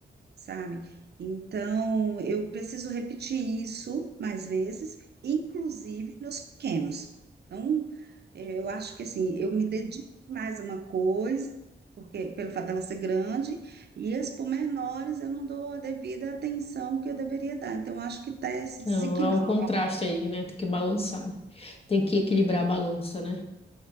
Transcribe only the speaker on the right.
sabe? Então, eu preciso repetir isso mais vezes, inclusive nos pequenos. Então, eh, eu acho que assim, eu me dedico mais a uma coisa, porque pelo fato dela ser grande, e as pormenores eu não dou a devida atenção que eu deveria dar. Então, eu acho que está esse desequilíbrio.
Então,